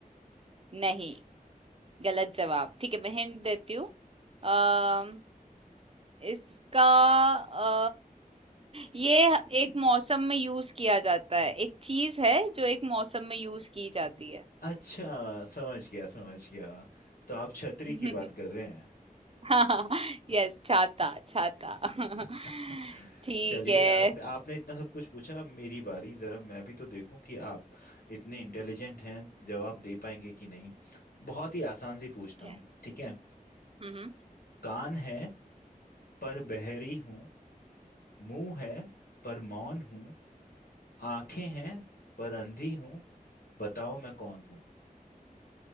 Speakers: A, on the right (about 40°); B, on the left (about 80°).
A: नहीं गलत जवाब ठीक है मैं हिंट देती हूँ अम, इसका अ, ये एक मौसम में यूज किया जाता है एक चीज है जो एक मौसम में यूज की जाती है
B: अच्छा समझ गया समझ गया तो आप छतरी
A: <laughs>
B: की बात कर रहे हैं
A: हाँ यस छाता छाता <laughs>
B: <laughs>
A: ठीक
B: चलिए
A: है
B: आपने आपने इतना सब कुछ पूछा अब मेरी बारी जरा मैं भी तो देखूं कि आप इतने इंटेलिजेंट
A: हम्म,
B: हैं जवाब दे पाएंगे कि नहीं बहुत ही आसान सी पूछता
A: ठीक है
B: हूँ ठीक है
A: हम्म
B: कान है पर बहरी हूँ मुंह है पर मौन हूँ आंखें हैं पर अंधी हूँ बताओ मैं कौन हूँ